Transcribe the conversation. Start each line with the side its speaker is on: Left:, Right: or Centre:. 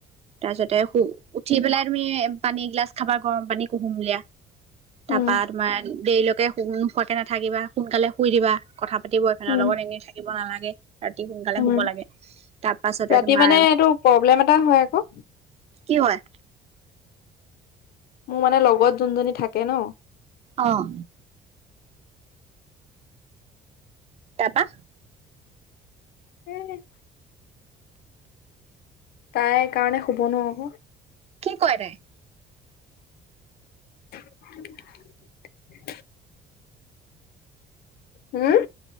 Right: তাৰ পিছতে উঠি পেলাই তুমি পানী গিলাচ খাবা গৰম পানী কুহুমুলিয়া। তাৰপা
Left: উম উম
Right: তোমাৰ দেৰিলৈকে নোখোৱাকে নাথাকিবা সোনকালে শুই দিবা কথা পাতিব। লগত
Left: উম
Right: এনেই থাকিব নালাগে ৰাতি সোনকালে
Left: উম
Right: শুব লাগে। তাৰ পাছতে
Left: ৰাতি
Right: তোমাৰ
Left: মানে এইটো প্ৰব্লেম এটা হয় আকৌ।
Right: কি হয়?
Left: মোৰ মানে লগত যোনজনী থাকে ন।
Right: অ'। তাৰপা?
Left: সেই তাই কাৰণে শুব নোৱাৰো আকৌ।
Right: কি কৰে তাই?
Left: <inaudible> হম?